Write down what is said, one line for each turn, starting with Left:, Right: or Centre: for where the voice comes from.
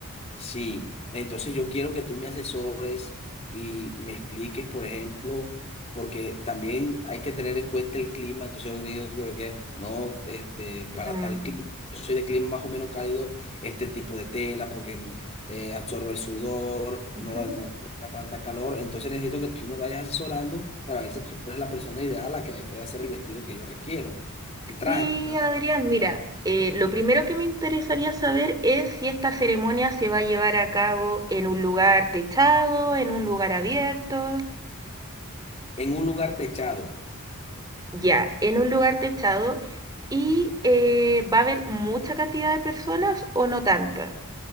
Left: Sí, entonces yo quiero que tú me asesores y me expliques, por ejemplo, porque también hay que tener en cuenta el clima, entonces yo digo que, que no, este, para
Right: Mm,
Left: tal clima, yo soy de clima más o menos cálido, este tipo de tela, porque mm, eh, absorbe el sudor,
Right: ujú.
Left: no da no da tanta calor, entonces necesito que tú me vayas asesorando para ver si tú eres la persona ideal a la que me puede hacer el vestido que yo requiero, el traje,
Right: Sí,
Left: perdón,
Right: Adrián, mira, eh, lo primero que me interesaría saber es si esta ceremonia se va a llevar a cabo en un lugar techado, en un lugar abierto.
Left: en un lugar techado.
Right: Ya, en un lugar techado. ¿Y eh, va a haber mucha cantidad de personas o no tanta?